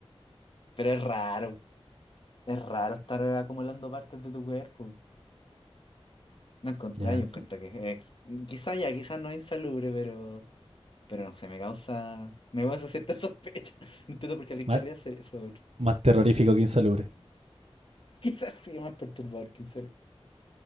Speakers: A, on the left (about 55°); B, on the right (about 85°).
A: Pero es raro, es raro estar acumulando partes de tu cuerpo. No encontré,
B: Ya,
A: yo encontré que es, quizá ya, quizás no es insalubre, pero, pero no sé, me causa, me causa cierta sospecha. <laughs> No entiendo por qué alguien
B: más,
A: querría hacer eso.
B: más terrorífico que insalubre.
A: <laughs> Quizás sí más perturbador que un